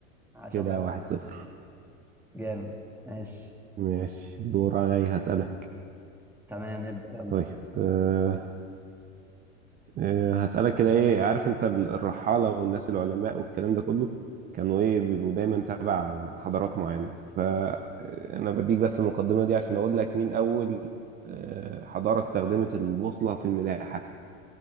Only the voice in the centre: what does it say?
عاش
الله ينور
جامد ماشي
تمام ابدأ يلا
<clears throat>